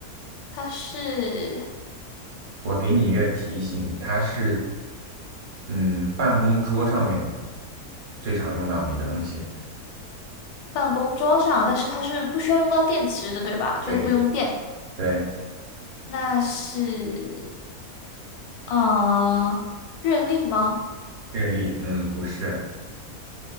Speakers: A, on the left; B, on the right.
A: 它是
B: 我给你一个提醒，它是嗯办公桌上面最常用到的一个东西。
A: 办公桌上，但是它是不需要用到电池的，对吧？就不用电。
B: 对对对，对，
A: 那是呃，日历吗？
B: 日历，嗯，不是。